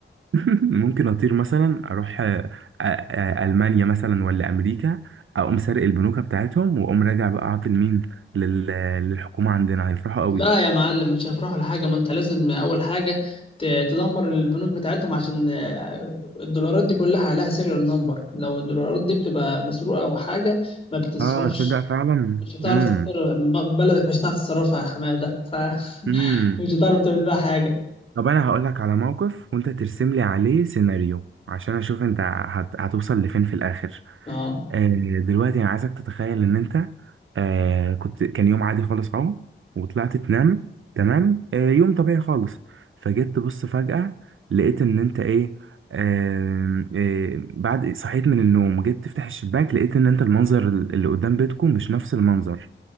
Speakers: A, on the right; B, on the left.
A: <laughs> ممكن اطير مثلا اروح آه، آه، آه، المانيا مثلا ولا امريكا اقوم سارق البنوك بتاعتهم واقوم راجع بقى عاطي لمين لل- للحكومه عندنا هيفرحوا قوي
B: لا يا معلم مش هيفرحوا لحاجة ما انت لازم اول حاجة ت- تدمر البنوك بتاعتهم عشان آه، الدولارات دي كلها عليها سيريال نمبر لو الدولارات دي بتبقى مسروقة او حاجة ما بتتصرفش
A: اه تصدق فعلا
B: مش هتعرف
A: امم
B: تصرف ب- بلدك مش هتعرف تصرفها يا حمادة <laughs> فمش
A: امم
B: هتعرف تعمل بيها حاجة
A: طب انا هقول لك على موقف وانت ترسم لي عليه سيناريو عشان اشوف انت هت... هتوصل لفين في الاخر
B: اه
A: آه دلوقتي انا عايزك تتخيل ان انت آه كنت كان يوم عادي خالص اهو وطلعت تنام تمام آه يوم طبيعي خالص فجيت تبص فجأة لقيت ان انت ايه آه آه بعد صحيت من النوم جيت تفتح الشباك لقيت ان انت المنظر اللي قدام بيتكم مش نفس المنظر